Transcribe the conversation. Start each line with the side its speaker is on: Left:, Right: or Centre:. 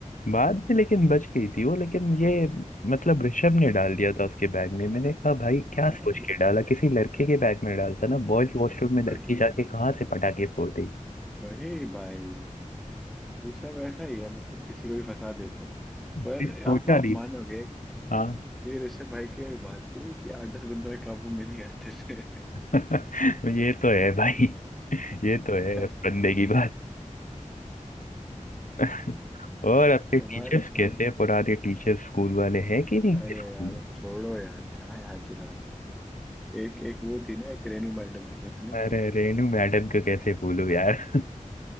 Left: बाद में लेकिन बच गई थी वो लेकिन ये मतलब ऋषभ ने डाल दिया था उसके बैग में मैंने कहा भाई क्या
Centre: हाँ
Left: सोच के डाला किसी लड़के के बैग में डालता ना बॉयज वॉशरूम में
Centre: वही
Left: लड़की जाके कहाँ से पटाखे फोड़ देगी
Centre: वही भाई ऋषभ ऐसा ही है मतलब किसी को भी फंसा देता है
Left: <laughs>
Centre: पर
Left: सोचा
Centre: आप आप
Left: नहीं
Centre: मानोगे
Left: हाँ
Centre: कि ऋषभ भाई की एक बात थी कि आठ दस बंदों के काबू में नहीं आते थे
Left: <laughs> ये तो है भाई ये
Centre: <laughs>
Left: तो है बंदे की बात <laughs> और आपके
Centre: कमाल
Left: टीचर्स
Centre: कमाल
Left: कैसे हैं? पुराने टीचर्स स्कूल वाले हैं कि नहीं
Centre: अरे
Left: अपने स्कूल
Centre: यार
Left: में?
Centre: अब छोड़ो यार क्या याद दिला रहे हो एक एक वो थी ना एक रेनू मैडम थी अपनी
Left: अरे रेनू मैडम को कैसे भूलूं यार <laughs>